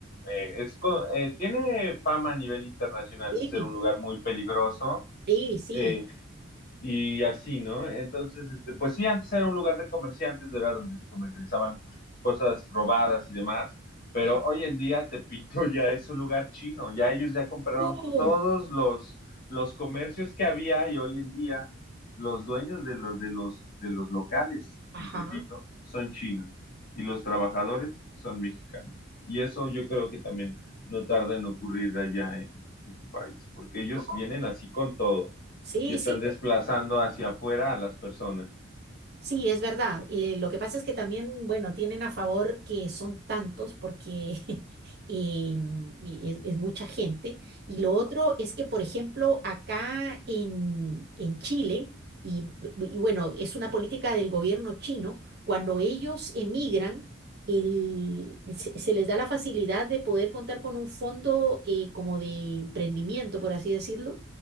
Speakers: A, on the left; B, on the right.
A: eh, es co- eh, tiene fama a nivel internacional
B: sí,
A: de ser un lugar muy peligroso
B: sí. sí.
A: eh, y así, ¿no? Entonces, este, pues sí, antes era un lugar de comerciantes, era donde se comercializaban cosas robadas y demás, pero
B: Ajá.
A: hoy en día Tepito <laughs> ya es un lugar chino, ya ellos ya compraron
B: Oh,
A: todos los, los comercios que había y hoy en día los dueños de los, de los, de los locales
B: ajá.
A: en Tepito son chinos y los trabajadores son mexicanos. Y eso yo creo que también no tarda en ocurrir allá en, en tu país, porque ellos
B: No,
A: vienen así con todo
B: Sí,
A: y están
B: sí.
A: desplazando hacia afuera a las personas.
B: Sí, es verdad. Eh, lo que pasa es que también, bueno, tienen a favor que son tantos porque <laughs> eh, mm, y es, es mucha gente. Y lo otro es que, por ejemplo, acá en, en Chile, y, b- b- y bueno, es una política del gobierno chino, cuando ellos emigran, el- se, se les da la facilidad de poder contar con un fondo eh, como de emprendimiento, por así decirlo